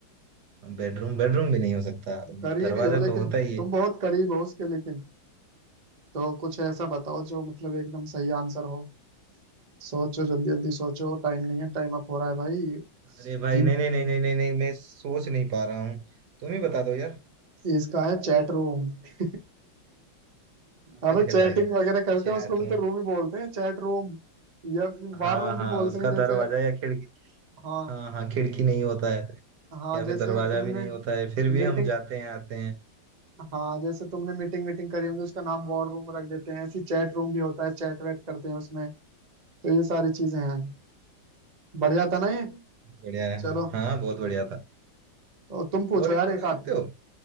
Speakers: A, on the right; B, on the right.
A: बेडरूम बेडरूम भी नहीं हो सकता
B: करीब
A: दरवाजा
B: ही हो लेकिन
A: तो होता ही
B: तुम
A: है
B: बहुत करीब हो उसके लेकिन तो कुछ ऐसा बताओ जो मतलब एकदम सही आंसर हो सोचो जल्दी जल्दी सोचो टाइम नहीं है टाइम अप हो रहा है भाई तीन
A: अरे भाई नहीं नहीं नहीं नहीं नहीं नहीं मैं सोच नहीं पा रहा हूँ तुम ही बता दो यार
B: इसका है चैट रूम <laughs> अब
A: अरे
B: चैटिंग
A: भाई
B: वगैरह करते
A: चैट
B: हैं उसको भी
A: में
B: तो रूम ही बोलते हैं चैट रूम या फिर
A: हाँ
B: वार रूम
A: हाँ
B: भी बोलते
A: उसका
B: हैं जैसे
A: दरवाजा या खिड़की
B: हाँ
A: हाँ हाँ खिड़की नहीं होता है
B: हाँ
A: या
B: जैसे
A: फिर दरवाजा
B: तुमने
A: भी नहीं होता है फिर भी
B: मीटिंग
A: हम जाते हैं आते हैं
B: हाँ जैसे तुमने मीटिंग मीटिंग करी होगी उसका नाम वॉर रूम रख देते हैं ऐसी चैट रूम भी होता है चैट वैट करते हैं उसमें तो ये सारी चीजें हैं बढ़िया था ना ये
A: बढ़िया है
B: चलो
A: हाँ बहुत बढ़िया था
B: और तुम पूछो
A: और
B: यार
A: एक बता
B: एक
A: सकते
B: आध
A: हो